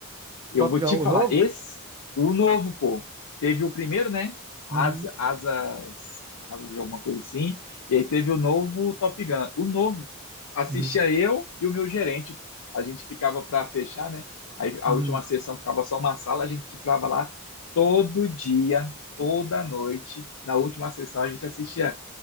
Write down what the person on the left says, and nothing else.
Eu
vou
te falar,
esse, o novo, pô, teve o primeiro, né? Asa-
asas, asas de alguma coisa assim. E aí teve o novo Top Gun. O novo, assistia
eu e o meu gerente. A gente ficava pra fechar, né? Aí a
última sessão ficava só uma sala, a gente ficava lá todo dia, toda noite. Na última sessão a gente assistia